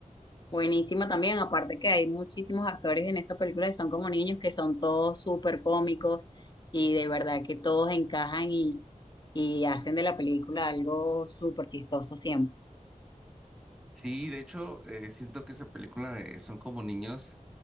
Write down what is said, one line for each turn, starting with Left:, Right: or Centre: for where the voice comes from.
Left: buenísima también. Aparte que hay muchísimos actores en esa película de Son como niños que son todos súper cómicos y de verdad que todos encajan y, y hacen de la película algo súper chistoso siempre.
Centre: Sí, de hecho, eh, siento que esa película de Son como niños,